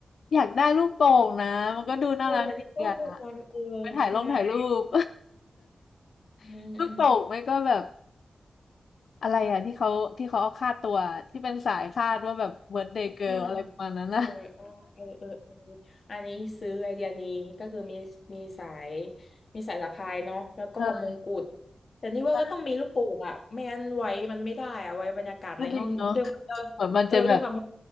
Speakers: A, on the left (about 80°); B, on the left (about 50°).
A: อยากได้ลูกโป่งนะมันก็ดูน่ารักดีอ่ะ
B: เออแต่นี่ก็ลูกบอลเออใช่
A: ไปถ่ายลงถ่ายรูป
B: อืมอืม
A: <laughs> ลูกโป่งไม่ก็แบบ อะไรอ่ะที่เขาที่เขาเอาค่าตัวที่เป็นสายคาดว่าแบบเบิร์ d เดย์เกิร์ลอะไรประมาณนั้นนะ
B: อ่าเอออ่าเออเออเอออันนี้ซื้อไอเดียนี้ก็คือมีมีสายมีสายสะพายเนาะแล้วก็มงกุฎ
A: เออ
B: แต่นี่ว่าก็ต้องมีลูกโป่งอะไม่งั้นไว้มันไม่ได้อะไว้บรรยากาศในห้องด้วยด้วยเออด้วยความ
A: ใช่ก็จริงเนาะเหมือนมันจะแบบ